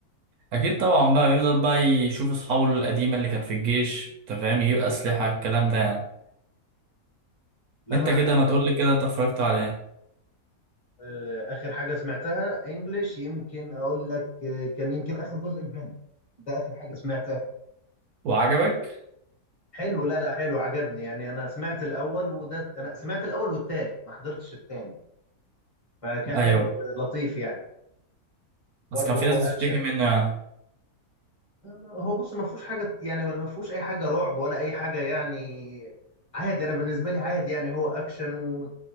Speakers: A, on the right; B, on the left.
A: اكيد طبعا بقى يفضل بقى يشوف اصحابه القديمة اللي كانت في الجيش انت فاهم يجيب اسلحة الكلام ده يعني
B: لما
A: انت
B: انا
A: كده
B: احب
A: ما تقولي كده انت اتفرجت على ايه
B: آه، اخر حاجه سمعتها انجليش يمكن اقول لك آه، كان يمكن اخر جزء الفينوم ده اخر حاجه سمعتها
A: وعجبك
B: حلو لا لا حلو عجبني يعني انا سمعت الاول وده انا سمعت الاول والتالت ما حضرتش التاني فكان
A: ايوه
B: حلو آه، لطيف يعني برضه
A: بس كان في
B: هو
A: ناس
B: اكشن
A: بتشتكي منه يعني
B: هو بص ما فيهوش حاجه يعني ولا ما فيهوش اي حاجه رعب ولا اي حاجه يعني عادي انا بالنسبه لي عادي يعني هو اكشن و...